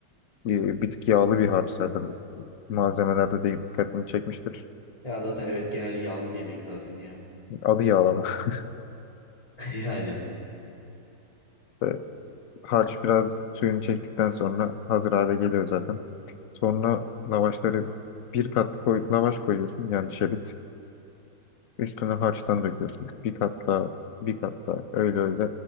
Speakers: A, on the left (about 55°); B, on the left (about 20°).
A: Bir, bir tık yağlı bir harç zaten. Malzemelerde değil dikkatini çekmiştir.
B: Ya zaten evet genelde yağlı bir yemek zaten ya.
A: Adı yağlama. <laughs>
B: <laughs> Yani.
A: İşte harç biraz suyunu çektikten sonra hazır hale geliyor zaten. Sonra lavaşları bir kat koy, lavaş koyuyorsun yani şebit. Üstüne harçtan döküyorsun. Bir kat daha, bir kat daha öyle öyle